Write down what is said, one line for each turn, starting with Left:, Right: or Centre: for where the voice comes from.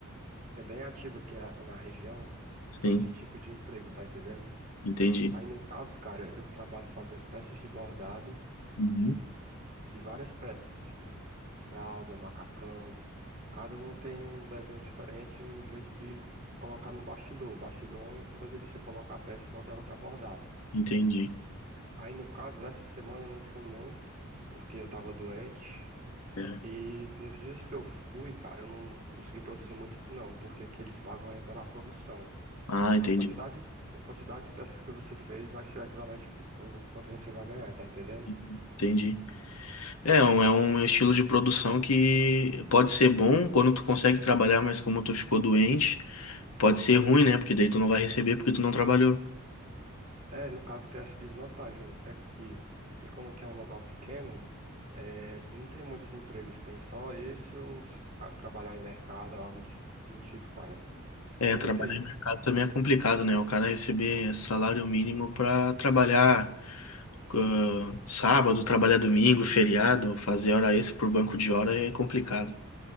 Right: é bem ativo aqui a- na região,
Left: sim,
Right: esse tipo de emprego, tá entendendo?
Left: entendi.
Right: Aí no caso, cara, eu trabalho fazendo peças de bordado
Left: Uhum,
Right: de, de várias peças, tipo fralda, macacão. Cada um tem um desenho diferente, um jeito de colocar no bastidor. O bastidor é onde onde você coloca a peça e bota ela pra bordar.
Left: entendi.
Right: Aí, no caso, essa semana eu não fui muito, porque eu tava doente.
Left: É.
Right: E nos dias que eu fui, cara, eu não consegui produzir muito, não, porque aqui eles pagam é pela produção.
Left: Ah, entendi.
Right: Na quantidade, quantidade de peças que você fez, vai ser equivalente ao quanto você vai ganhar, tá entendendo?
Left: Uhum, Entendi. É é um, é um estilo de produção que pode ser bom quando tu consegue trabalhar, mas como tu ficou doente, pode ser ruim, né? Porque daí tu não vai receber porque tu não trabalhou.
Right: É, no caso, tem essa desvantagem aqui. E como aqui é um local pequeno, é, não tem muitos empregos, tem só esse ou se ca- trabalhar em mercado, algo de- do tipo, cara.
Left: É,
Right: E
Left: trabalhar
Right: no que?
Left: em mercado também é complicado, né? O cara receber salário mínimo pra trabalhar ah, sábado, trabalhar domingo, feriado, fazer hora extra por banco de hora é complicado.